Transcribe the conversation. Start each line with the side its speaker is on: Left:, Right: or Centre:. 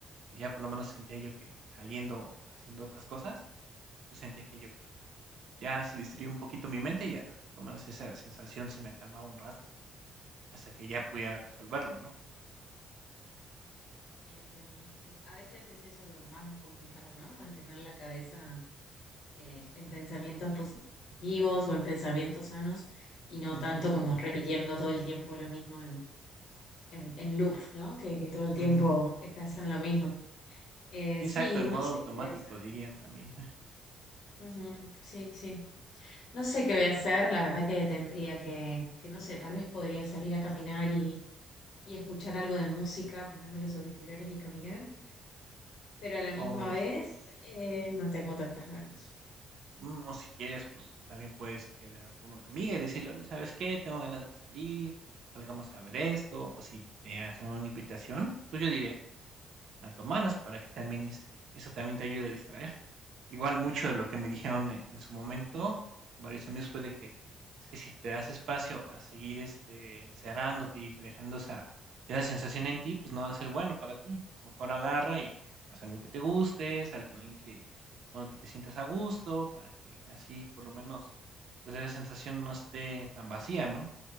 Right: Ya por lo menos sentía yo que saliendo o haciendo otras cosas, pues sentía aquello que ya se distraía un poquito mi mente y ya por lo menos esa sensación se me calmaba un rato, hasta que ya pudiera resolverlo, ¿no?
Left: Sí, entiendo, sí. A veces es eso lo más complicado, ¿no? Mantener la cabeza eh, en pensamientos positivos o en pensamientos sanos y no
Right: Ujú,
Left: tanto como repitiendo todo el tiempo lo mismo en, en, en loop, ¿no? Que, que todo el tiempo
Right: ujú.
Left: estás en lo mismo. Eh,
Right: Sí,
Left: sí,
Right: exacto, en modo
Left: no sé
Right: automático
Left: qué voy a hacer.
Right: dirían también. <laughs>
Left: Ujú, sí, sí. No sé qué voy a hacer. La verdad que tendría que, que no sé, tal vez podría salir a caminar y, y escuchar algo de música, ponerme los auriculares y caminar. pero a la misma
Right: O
Left: vez
Right: si
Left: eh, no tengo tantas ganas.
Right: Mm, o si quieres, pues, también puedes quedar con una amiga y decirle: "Oye, ¿sabes qué? Tengo ganas de salir, salgamos a ver esto", o si te hacen una invitación, pues, yo diría que la tomaras para que también este, eso también te ayude a distraer. Igual mucho de lo que me dijeron eh, en su momento, varios amigos, fue de que es que si te das espacio a seguir este, encerrándote y dejando esa, esa sensación en ti, pues no va a ser bueno para ti. Mejor agarra y haz algo que te guste, sal con alguien que, con el que te sientas a gusto, para que así por lo menos pues esa sensación no esté tan vacía, ¿no?